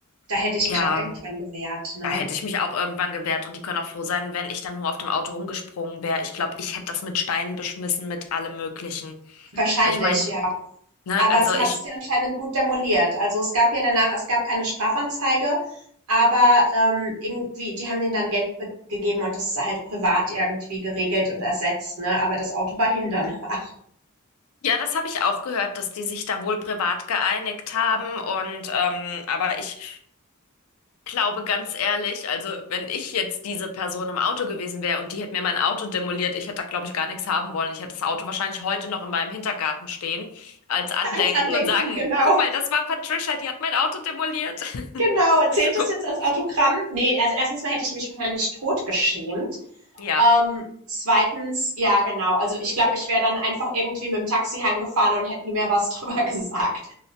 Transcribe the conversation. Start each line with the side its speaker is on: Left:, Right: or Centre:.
Right: da hätte ich mich
Left: ja,
Right: auch irgendwann gewehrt, ne?
Left: da hätte ich mich auch irgendwann gewehrt und die können auch froh sein, wenn ich dann nur auf dem Auto rumgesprungen wäre. Ich glaube, ich hätte das mit Steinen beschmissen, mit allem Möglichen.
Right: Wahrscheinlich,
Left: Ich meine,
Right: ja.
Left: ne,
Right: Aber
Left: also
Right: sie
Left: ich,
Right: hat es ja anscheinend gut demoliert. Also es gab ja danach, es gab keine Strafanzeige, aber ähm, irgendwie, die haben denen dann Geld be- gegeben und das ist halt privat irgendwie geregelt und ersetzt, ne? Aber das Auto war hin danach.
Left: ja, das habe ich auch gehört, dass die sich da wohl privat geeinigt haben und ähm, aber ich glaube ganz ehrlich, also wenn ich jetzt diese Person im Auto gewesen wäre und die hätte mir mein Auto demoliert, ich hätte da glaube ich gar nichts haben wollen. Ich hätte das Auto wahrscheinlich heute noch in meinem Hintergarten stehen als Andenken
Right: Als Andenken,
Left: und sagen,
Right: genau.
Left: guck mal, das war Patricia, die hat mein Auto demoliert.
Right: Genau. Zählt
Left: <laughs>
Right: das jetzt als Autogramm? Nee, also erstens mal hätte ich mich wahrscheinlich totgeschämt.
Left: Ja,
Right: Ähm, zweitens, ja, genau. Also ich glaube, ich wäre dann einfach irgendwie mit dem Taxi heimgefahren und hätte nie mehr was <laughs> drüber gesagt.